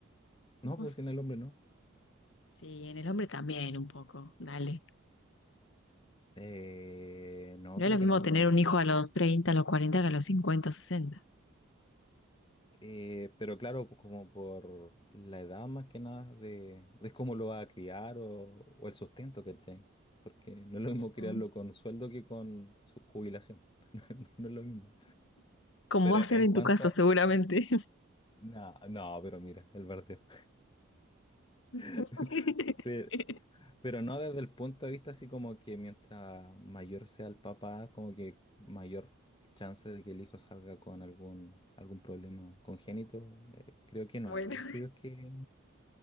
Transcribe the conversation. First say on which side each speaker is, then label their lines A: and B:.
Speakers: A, on the left; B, on the left.
A: No,
B: Bueno,
A: pues en el hombre no.
B: Sí, en el hombre también un poco, dale.
A: Eh, no,
B: No
A: creo
B: es lo mismo
A: que no.
B: tener un hijo a los treinta a los cuarenta que a los 50, sesenta
A: Eh, pero claro, pues como por la edad más que nada de, de cómo lo va a criar o, o el sustento, ¿cachai? Porque no es lo mismo
B: Ujú.
A: criarlo con sueldo que con su jubilación. <laughs> No no es lo mismo.
B: Como
A: Pero
B: va a ser
A: en
B: en
A: cuanto...
B: tu caso, seguramente.
A: No, no, pero mira, el bardeo.
B: <laughs>
A: <laughs> Pe- Pero no desde el punto de vista así como que mientras mayor sea el papá, como que mayor chance de que el hijo salga con algún, algún problema congénito. Eh, creo que no
B: Bueno,
A: hay
B: <laughs>
A: estudios que,